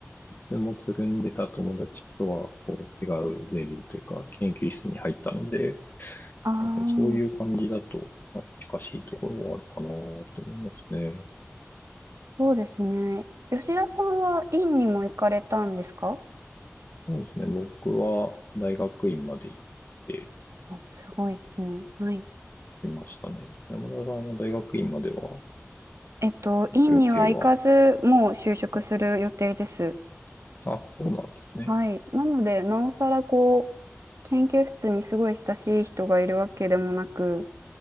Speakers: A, on the left; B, on the right.
A: いつもつるんでた友達とは、こう、違うゼミというか、研究室に入ったので、
B: ああ、
A: なんかねそういう感じだと、まあ、近しいところはあるかなと思いますね。
B: そうですね。吉田さんは院にも行かれたんですか
A: そうですね。僕は大学院まで行って
B: あ、すごいですね。はい。
A: きましたね。山田さんは大学院までは
B: えっと、
A: 行く予定は。
B: 院には行かず、もう就職する予定です。
A: はいあ、そうなんですね。
B: はい。なので、なおさらこう、研究室にすごい親しい人がいるわけでもなく、